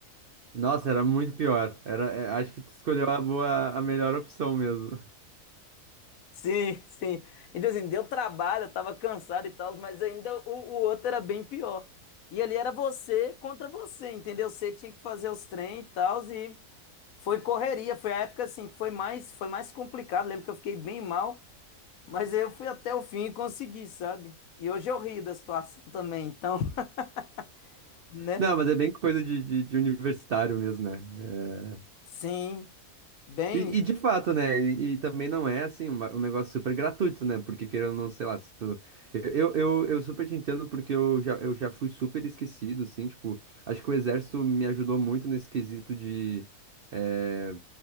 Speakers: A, on the right; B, on the left.
A: nossa, era muito pior. Era, é, acho que tu escolheu a boa, a melhor opção mesmo.
B: Sim, sim. Então, assim, deu trabalho, eu tava cansado e tal, mas ainda o, o outro era bem pior. E ali era você contra você, entendeu? Você tinha que fazer os trem e tal, e. Foi correria, foi a época assim que foi mais, foi mais complicado. Lembro que eu fiquei bem mal, mas eu fui até o fim e consegui, sabe? E hoje eu rio da situação também, então, <laughs> né?
A: Não, mas é bem coisa de, de, de universitário mesmo, né? É,
B: Sim, bem,
A: E, e de fato, né? E, e também não é assim um, ba- um negócio super gratuito, né? Porque querendo ou não, sei lá, se tu. Eu, eu, eu, eu super te entendo porque eu já, eu já fui super esquecido, assim, tipo, acho que o exército me ajudou muito nesse quesito de, eh,